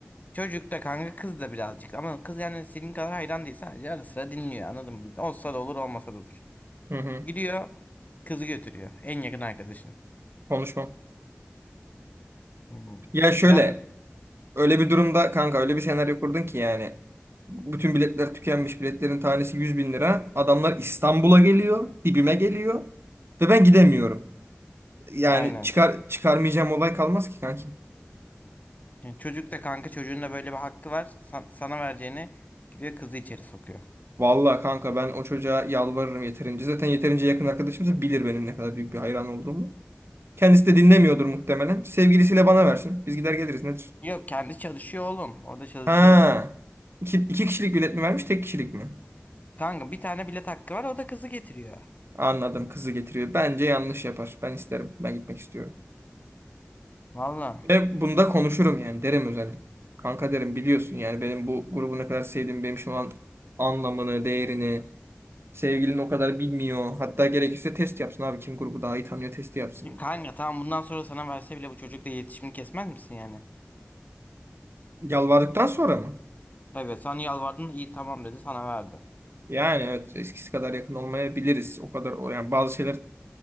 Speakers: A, on the left; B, on the right.
A: Çocuk da kanka kız da birazcık ama kız yani senin kadar hayran değil sadece ara sıra dinliyor anladın mı? Olsa da olur olmasa da olur.
B: Hı hı.
A: Gidiyor kızı götürüyor en yakın arkadaşın.
B: Konuşmam.
A: Hmm,
B: Ya şöyle,
A: Güzel mi?
B: öyle bir durumda kanka öyle bir senaryo kurdun ki yani bütün biletler tükenmiş. Biletlerin tanesi 100 bin lira. Adamlar İstanbul'a geliyor, dibime geliyor ve ben gidemiyorum. Yani
A: Aynen.
B: çıkar çıkarmayacağım olay kalmaz ki kanki.
A: Yani çocuk da kanka çocuğun da böyle bir hakkı var. San- sana vereceğini gidiyor kızı içeri sokuyor.
B: Vallahi kanka ben o çocuğa yalvarırım yeterince. Zaten yeterince yakın arkadaşımız bilir benim ne kadar büyük bir hayran olduğumu. Kendisi de dinlemiyordur muhtemelen. Sevgilisiyle bana versin. Biz gider geliriz nedir?
A: Yok kendi çalışıyor oğlum. Orada çalışıyor
B: Ha.
A: o gün.
B: İki, iki kişilik bilet mi vermiş, tek kişilik mi?
A: Kanka bir tane bilet hakkı var o da kızı getiriyor.
B: Anladım. Kızı getiriyor. Bence yanlış yapar. Ben isterim. Ben gitmek istiyorum.
A: Valla.
B: Ve bunda konuşurum yani. Derim özellikle. Kanka derim biliyorsun yani benim bu grubu ne kadar sevdiğimi, benim şu an anlamını, değerini sevgilin o kadar bilmiyor. Hatta gerekirse test yapsın abi. Kim grubu daha iyi tanıyor testi yapsın.
A: Şimdi Kanka tamam bundan sonra sana verse bile bu çocukla iletişimini kesmez misin yani?
B: Yalvardıktan sonra mı?
A: Evet sen yalvardın iyi tamam dedi sana verdi.
B: Yani evet eskisi kadar yakın olmayabiliriz. O kadar o yani bazı şeyler